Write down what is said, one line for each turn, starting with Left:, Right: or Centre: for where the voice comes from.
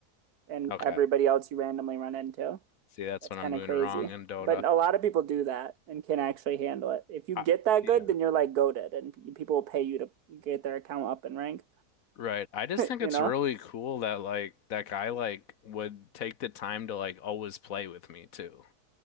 Right: and
Left: Okay.
Right: everybody else you randomly run into.
Left: See, that's
Right: That's
Left: what
Right: kind
Left: I'm doing
Right: of crazy.
Left: wrong in Dota.
Right: But a lot of people do that and can actually handle it. If you
Left: I,
Right: get that
Left: yeah.
Right: good, then you're like goaded and people will pay you to get their account up in rank,
Left: Right. I just think
Right: you
Left: it's
Right: know?
Left: really cool that like that guy like would take the time to like always play with me too.